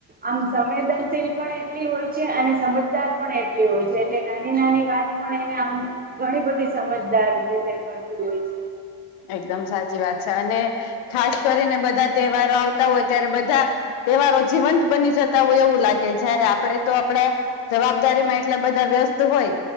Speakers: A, on the right; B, on the left.
A: આમ સંવેદનશીલ પણ એટલી હોય છે અને સમજદાર પણ એટ લી હોય છે. એટલે નાની નાની વાત પણ એને આમ ઘણી બધી સમજદાર રીતે કરતી હોય છે.
B: એકદમ સાચી વાત છે. અને ખાસ કરીને બધા તહેવારો આવતા હોય ત્યારે બધા તહેવારો જીવંત બની જતા હોય એવું લાગે. જયારે આપણે તો આપણા જવાબદારીમાં એટલા બધા વ્યસ્ત હોઈ.